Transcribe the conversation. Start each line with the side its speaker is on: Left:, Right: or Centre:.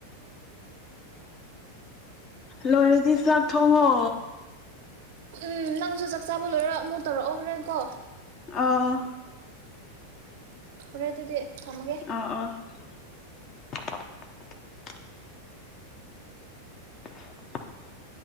Left: ꯂꯣꯏꯔꯗꯤ ꯆꯥꯛ ꯊꯣꯡꯉꯣ
Right: ꯎꯝ ꯅꯪꯁꯨ ꯆꯥꯛ ꯆꯥꯕ ꯂꯣꯏꯔ ꯑꯃꯨꯛ ꯇꯧꯔꯛꯑꯣ ꯍꯣꯔꯦꯟꯀꯣ
Left: ꯑ
Right: ꯑꯔ ꯑꯗꯨꯗꯤ ꯊꯝꯃꯒꯦ
Left: ꯑꯥ ꯑꯥ <unintelligible> <unintelligible>